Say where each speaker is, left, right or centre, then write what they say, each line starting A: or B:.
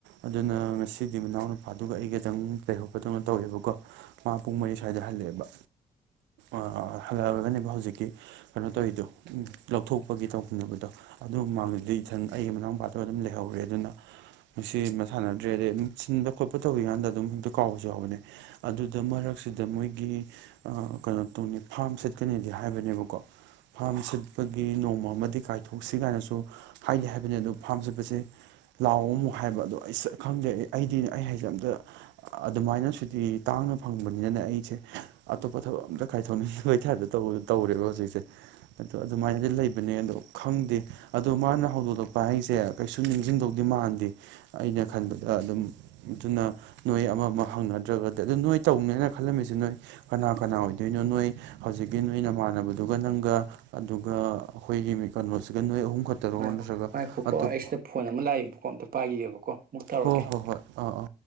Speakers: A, on the right; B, on the right.
A: ꯑꯗꯨꯅ ꯉꯁꯤꯗꯤ ꯃꯅꯥꯎꯅꯨꯄꯥꯗꯨꯒ ꯑꯩ ꯗꯪ ꯇꯩꯍꯧꯄꯗꯧꯅ ꯇꯧꯋꯦꯕꯀꯣ ꯃꯥ ꯄꯨꯡ ꯃꯔꯤ ꯁ꯭ꯋꯥꯏꯗ ꯍꯜꯂꯛꯑꯦꯕ ꯑ ꯍꯜꯂꯛꯔꯒꯅꯦꯕ ꯍꯧꯖꯤꯛꯀꯤ ꯀꯩꯅꯣ ꯇꯧꯔꯤꯗꯣ ꯂꯧꯊꯣꯛꯄꯒꯤ ꯇꯧꯃꯤꯕꯗꯣ ꯑꯗꯨ ꯃꯃꯥꯡꯗꯗꯤ ꯏꯊꯟ ꯑꯩꯒꯤ ꯃꯥꯡ ꯄ ꯇꯣ ꯑꯗꯨꯝ ꯂꯩꯍꯧꯔꯦ ꯑꯗꯨꯅ ꯃꯁꯤꯃ ꯁꯥꯟꯅꯗ꯭ꯔꯦ ꯑꯗꯩꯝ ꯁꯤꯟꯕ ꯈꯣꯠꯄ ꯇꯧꯋꯀꯥꯟꯗ ꯑꯗꯨꯝ ꯍꯦꯛꯇ ꯀꯥꯎꯕꯁꯨ ꯌꯥꯎꯕꯅꯦ ꯑꯗꯨꯗ ꯃꯔꯛꯁꯤꯗ ꯃꯣꯏꯒꯤ ꯀꯩꯅꯣ ꯇꯧꯅꯤ ꯐꯥꯔꯝ ꯁꯠꯀꯅꯤꯗꯤ ꯍꯥꯏꯕꯅꯦꯕꯀꯣ ꯐꯥꯝ ꯁꯤꯠꯄꯒꯤ ꯅꯣꯡꯃ ꯑꯃꯗꯤ ꯀꯥꯏꯊꯣꯛꯁꯤ ꯀꯥꯏꯅꯁꯨ ꯍꯥꯏꯗꯦ ꯍꯥꯏꯕꯅꯤ ꯑꯗꯨꯗꯣ ꯐꯥꯝ ꯁꯠꯄꯁꯦ ꯂꯥꯎꯝꯃꯨ ꯍꯥꯏꯕ ꯑꯗꯣ ꯑꯩ ꯁ ꯈꯪꯗꯦ ꯑꯩ ꯑꯩꯗꯤ ꯑꯩ ꯍꯥꯏꯁꯦ ꯑꯝꯇ ꯑꯗꯨꯃꯥꯏꯅ ꯁꯤ ꯇꯥꯡꯅ ꯐꯪꯕꯅꯤꯅꯅ ꯑꯩ ꯑꯇꯣ ꯄꯊ ꯊ ꯗ ꯇꯧꯕꯗ ꯇꯧꯔꯦꯕ ꯍꯧꯖꯤꯛꯁꯦ ꯑꯗ ꯑꯗꯨꯃꯥꯏꯅꯗꯤ ꯂꯩꯕꯅꯦ ꯑꯗꯣ ꯈꯪꯗꯦ ꯑꯗꯣ ꯃꯥꯅ ꯍꯧꯗꯣꯔꯛꯄ ꯍꯥꯏꯁꯦ ꯀꯩꯁꯨ ꯅꯤꯡꯁꯤꯡ ꯗꯤ ꯃꯥꯟꯗꯦ ꯑꯩꯅ ꯈꯟꯕꯗ ꯑꯗꯨꯝ ꯑꯗꯨꯅ ꯅꯣꯏ ꯑꯃ ꯑꯃ ꯍꯪꯅꯗ꯭ꯔꯒꯗꯤ ꯑꯗꯨ ꯅꯣꯏ ꯇꯧꯅꯦꯅ ꯈꯜꯂꯝꯃꯤꯁꯤ ꯅꯣꯏ ꯀꯅꯥ ꯀꯅꯥ ꯑꯣꯏꯗꯣꯏꯅꯣ ꯅꯣꯏ ꯍꯧꯖꯤꯛꯀꯤ ꯅꯣꯏꯅ ꯃꯥꯟꯅꯕꯗꯨꯒ ꯅꯪꯒ ꯑꯗꯨꯒ ꯑꯩꯈꯣꯏꯒꯤ ꯀꯩꯅꯣꯁꯤꯒ ꯅꯣꯏ ꯑꯍꯨꯝ ꯈꯛꯇꯔꯣ
B: ꯉꯥꯏꯈꯣ
A: ꯅꯠꯇ꯭ꯔꯒ
B: ꯉꯥꯏꯈꯣꯀꯣ
A: ꯑꯇꯣꯞ
B: ꯑꯩ ꯁꯤꯗ ꯐꯣꯟ ꯑꯃ ꯂꯥꯛꯏꯕꯀꯣ ꯑꯝꯇ ꯄꯥꯏꯈꯤꯦꯕꯀꯣ ꯃꯨꯛ ꯇꯧꯔꯛꯀꯦ
A: ꯍꯣ ꯍꯣ ꯍꯣꯏ ꯑꯥ ꯑꯥ